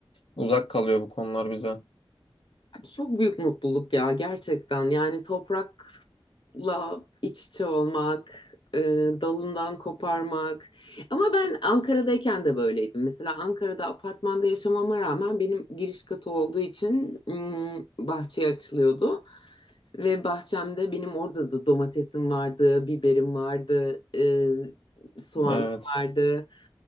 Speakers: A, on the left; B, on the left.
A: Uzak kalıyor bu konular bize.
B: Çok büyük mutluluk ya gerçekten. Yani toprakla iç içe olmak, e, dalından koparmak. Ama ben Ankara'dayken de böyleydim. Mesela Ankara'da apartmanda yaşamama rağmen benim giriş katı olduğu için mm, bahçeye açılıyordu. Ve bahçemde benim orada da domatesim vardı, biberim vardı, e, soğanım
A: Evet.
B: vardı.